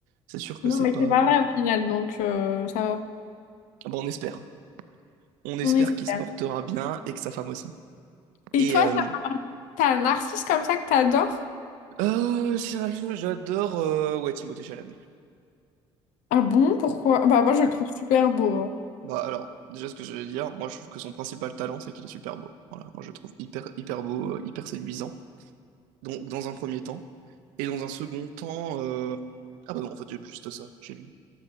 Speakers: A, on the right; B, on the left.
A: C'est sûr que
B: Non,
A: c'est
B: mais
A: pas.
B: c'est pas
A: euh,
B: vrai au final, donc euh, ça va.
A: Bon, on espère. On espère
B: On espère.
A: qu'il se portera bien et que sa femme aussi.
B: Et
A: Et
B: toi,
A: euh,
B: t'as t'as un narcisse comme ça que t'adores?
A: euh, si j'en ai une, j'adore euh, ouais, Timothée Chalamet.
B: Ah bon, pourquoi? Bah moi, je le trouve super beau,
A: Bah alors, déjà ce que je vais dire, moi je trouve que son principal talent c'est qu'il est super beau. Voilà, moi je le trouve hyper hyper beau, euh, hyper séduisant. Donc dans un premier temps et dans un second temps, euh, ah bah non en fait j'aime juste ça chez lui.